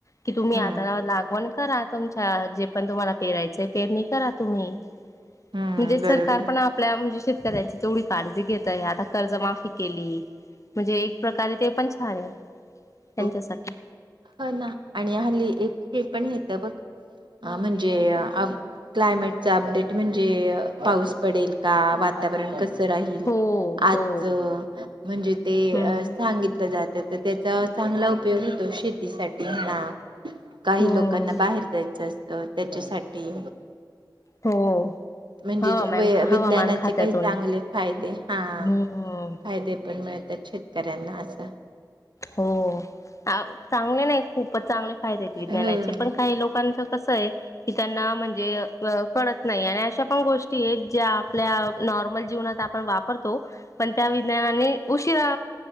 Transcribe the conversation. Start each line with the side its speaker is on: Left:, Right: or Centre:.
Left: कि तुम्ही
Right: हम्म.
Left: आता लागवण करा तुमच्या जे पण तुम्हाला पेरायच पेरणी करा तुम्ही
Right: हम्म
Left: म्हणजे सरकार
Right: बरोबर
Left: पण आपल्या म्हणजे शेतकऱ्यांची तेवढी काळजी घेतय आ कर्ज केली म्हणजे एक प्रकारे ते पण छान त्यांच्यासाठी
Right: हो ह ना आणि हली एक हे पण येत बघ ह म्हणजे अ क्लायमेटचा अपडेट म्हणजे पाऊस पडेल का वातावरण कस कस राहील
Left: हो
Right: आजच
Left: हो.
Right: म्हणजे ते
Left: हम्म
Right: सांगितलं जात त्याचा चांगला उपयोग होतो शेतीसाठी हणा काही
Left: हम्म
Right: लोकांना बाहेर जाय असत त्याच्यासाठी
Left: हो
Right: म्हणजे
Left: हवामान
Right: व विज्ञानाचे
Left: हवामान खात्यातून
Right: काही चांगले फायदे हा
Left: हम्म
Right: फायदे पण मिळत शेतकऱ्यांना असं
Left: हो चांगले नाही खूपच चांगले फायदे आहेत विज्ञानाचे
Right: हम्म
Left: पण काही लोकांच क त्यांना म्हणजे कत नाही अशा पण गोष्टी आहेत ज्या आपल्या नॉर्मल जीवनात आपण वापरतो पण त्या विज्ञानाने उशीिरा